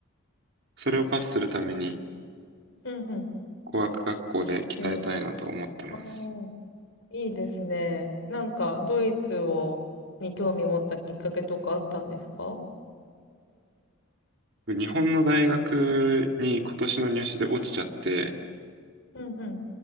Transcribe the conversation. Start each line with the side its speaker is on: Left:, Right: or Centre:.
Right: それをパスするために
Left: うんうん、
Right: 語学学校で鍛えたいなと思ってます。
Left: 留学。おーいいですね。なんか、ドイツを、に興味持ったきっかけとかあったんですか
Right: 日本の大学に今年の入試で落ちちゃって、
Left: うんうん。